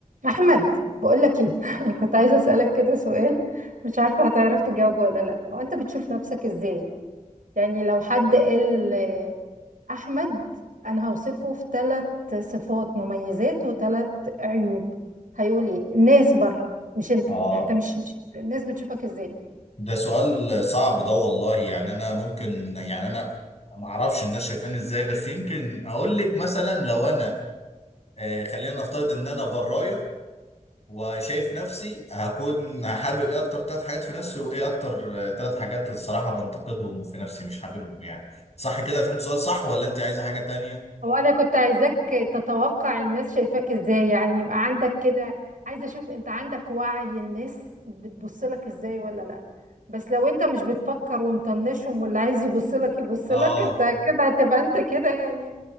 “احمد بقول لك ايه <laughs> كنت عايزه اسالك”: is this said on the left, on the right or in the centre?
Right